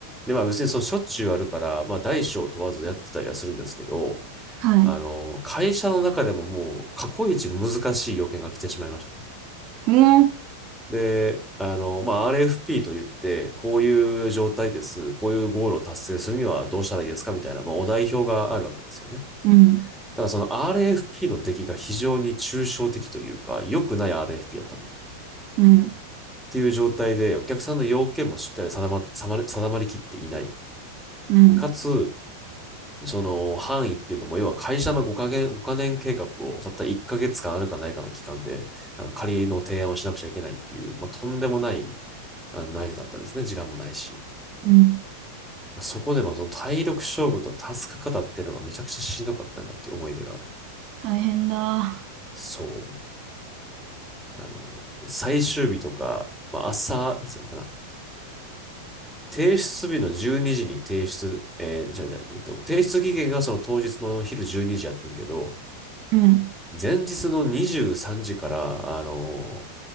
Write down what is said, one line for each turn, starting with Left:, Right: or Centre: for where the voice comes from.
Centre: で、まあ別にそのしょっちゅうあるから、まあ大小問わずやってたりはするんですけど、
Right: はい。
Centre: あの、会社の中でももう過去一難しい要件が来てしまいましたと。
Right: もう。
Centre: で、あの、まあ、RFP と言って、こういう状態です。こういうゴールを達成するにはどうしたらいいですかみたいな、まあ、お代表があるわけですよね。
Right: うん。
Centre: ただその RFP の出来が非常に抽象的というか、良くない RFP やったんだよ。
Right: うん。
Centre: っていう状態で、お客さんの要件もしっかり定ま定ま定まりきっていない。
Right: うん。
Centre: かつ、その範囲っていうのも、要は会社の5か月、5年計画をたった1ヶ月間あるかないかの期間で、あの仮の提案をしなくちゃいけないっていう、まあ、とんでもないあのだったんですね。時間もないし。
Right: うん。
Centre: そこでのその体力勝負とタスク型っていうのがめちゃくちゃしんどかったなっていう思い出がある。
Right: 大変だ。
Centre: そう。あの、最終日とか、まあ、朝、なんていうのかな。提出日の12時にじに提出、えーじゃあじゃあえっと、提出期限がその当日の昼12時やってんけど、
Right: うん。
Centre: 前日の23時から、あの、